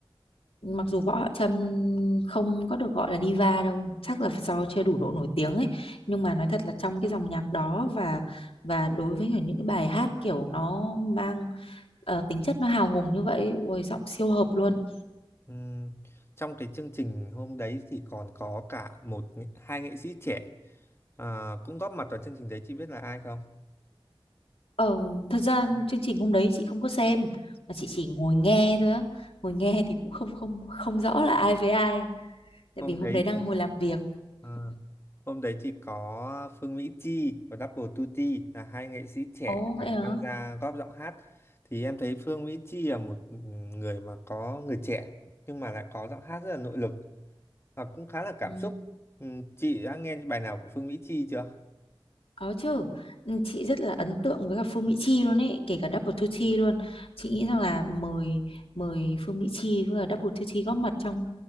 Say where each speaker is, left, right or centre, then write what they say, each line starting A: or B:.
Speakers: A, on the left; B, on the left.
A: mặc dù Võ Hạo Trâm không có được gọi là diva đâu chắc là do chưa đủ độ nổi tiếng ấy nhưng mà nói thật là trong cái dòng nhạc đó và và đối với cả những cái bài hát kiểu nó mang ờ, tính chất nó hào hùng như vậy ôi giọng siêu hợp luôn
B: Ừm, trong cái chương trình hôm đấy thì còn có cả một nghệ- hai nghệ sĩ trẻ à, cũng góp mặt vào chương trình đấy chị biết là ai không
A: ờ, thật ra chương trình hôm đấy chị không có xem mà chị chỉ ngồi nghe thôi á ngồi nghe thì cũng không không không rõ là ai với ai tại
B: hôm
A: vì hôm
B: đấy
A: đấy đang ngồi làm việc
B: Ờ, hôm đấy thì có Phương Mỹ Chi và Double Tutti là hai nghệ sĩ trẻ
A: ồ
B: được
A: vậy hả
B: tham gia góp giọng hát thì em thấy Phương Mỹ Chi là một người mà có người trẻ nhưng mà lại có giọng hát rất là nội lực và cũng khá là cảm
A: ừ.
B: xúc Ừ, chị đã nghe bài nào của Phương Mỹ Chi chưa
A: Có chứ, Ừ, chị rất là ấn tượng với cả Phương Mỹ Chi luôn ấy, kể cả Double Duty luôn. Chị nghĩ rằng là mời mời Phương Mỹ Chi với cả Double Duty góp mặt trong